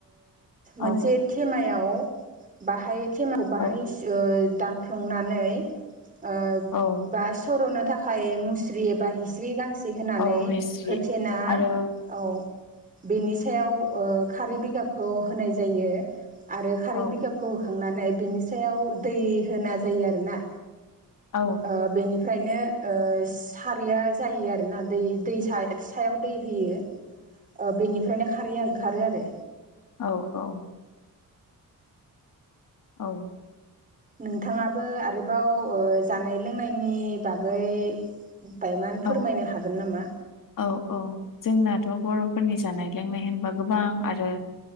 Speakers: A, on the left; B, on the right.
A: औ
B: मोनसे थेमायाव बाहाय थिमाव बाहायस
A: औ
B: ओ संनानै ओ
A: औ
B: बा स'रनो थाखाय मुस्रि एबा हिस्रि गां से होनानै
A: औ हिस्रि
B: होथेना
A: आरो
B: औ बिनिस सायाव ओ खारै बिगाबखौ होनाय जायो आरो खारै
A: औ
B: बिगाबखौ खांनानै बिनि सायाव दै होना जोयो आरोना
A: औ
B: ओमफ्रायनो सारैया जायो आरोना दै दै सायाव दै होयो ओ बेनिफ्रायनो खारैया ओंखारो आरो
A: औ औ । औ।
B: नोंथाङाबो आरोबाव जानाय लोंनायनि बागै बायमान
A: औ
B: फोरमायनो हागोन नामा
A: औ औ जोंना थ' बर'फोरनि जानाय लोंनाय होनबा गोबां आरो